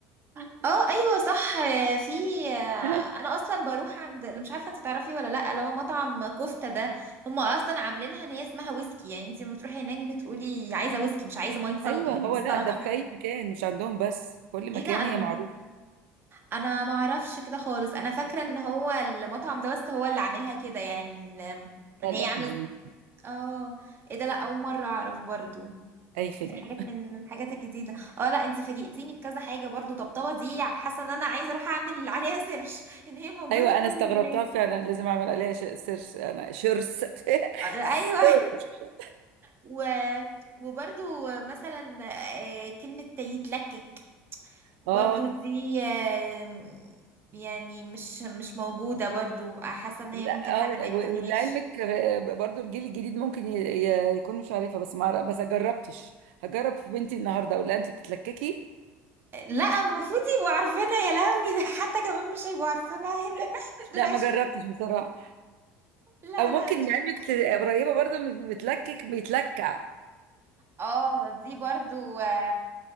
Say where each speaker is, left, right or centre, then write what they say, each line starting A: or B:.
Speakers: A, on the right (about 35°); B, on the right (about 85°).
A: اه ايوه صح آه، في آه،
B: <laughs>
A: انا اصلا بروح عند اللي مش عارفه انت تعرفي ولا لا اللي هو مطعم كفته ده هم اصلا عاملينها ان هي اسمها ويسكي يعني انت لما تروحي هناك بتقولي عايزه ويسكي مش عايزه ميه سل-
B: ايوه هو
A: سلطه
B: لا ده في اي مكان مش عندهم بس في كل
A: ايه
B: مكان
A: ده انا
B: هي معروفه
A: انا ما اعرفش كده خالص انا فاكره ان هو المطعم ده بس هو اللي عاملها كده يعني ان ان
B: لا لا
A: هي عامله
B: دي
A: اه ايه ده لا اول مره اعرف برضو
B: اي خدمه
A: دي حاجه من الحاجات الجديده اه لا انت فاجئتيني بكذا حاجه برضو طبطبه دي حاسه ان انا عايزه اروح اعمل عليها سيرش <laughs> ان هي موجوده
B: ايوه
A: في كل
B: انا استغربتها
A: البلاد
B: فعلا لازم اعمل عليها ش- سيرش انا شرس <laughs>
A: آه، ايوه
B: سيرش
A: و... وبرضو مثلا آه، كلمه يتلكك برضو
B: اه
A: دي آه، يعني مش مش موجودة برضو حاسة ان هي ممكن
B: اه
A: حد ما يفهمهاش
B: و- ولعلمك آه، برضو الجيل الجديد ممكن ي- ي- يكون مش عارفه بس ما بس جربتش هجرب في بنتي النهارده اقول لها انت بتتلككي
A: لا المفروض يبقوا عارفينها يا لهوي ده حتى كمان مش هيبقوا عارفينها <laughs> هنا دول
B: لا
A: عايشين
B: ما جربتش بصراحه
A: لا
B: او ممكن
A: لا ان
B: لعلمك
A: شاء الله.
B: ت- قريبه برضو من بتلكك بيتلكع
A: اه دي برضو آه،